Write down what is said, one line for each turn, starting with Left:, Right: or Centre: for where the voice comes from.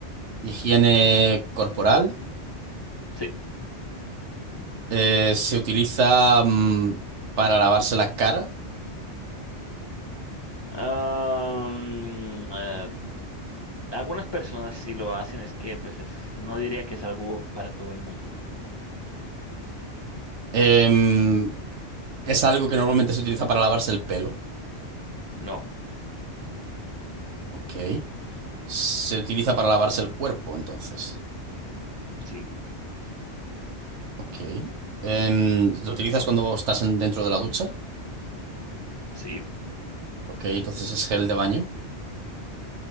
Right: higiene corporal.
Left: sí.
Right: Eh, se utiliza mm, para lavarse la cara.
Left: Am, eh, algunas personas sí lo hacen, es que pues es, no diría que es algo para todo el mundo.
Right: Em, es algo que normalmente se utiliza para lavarse el pelo.
Left: No,
Right: Ok. Se utiliza para lavarse el cuerpo, entonces.
Left: sí,
Right: Ok. Em, lo utilizas cuando estás en- dentro de la ducha.
Left: sí,
Right: Ok, entonces es gel de baño.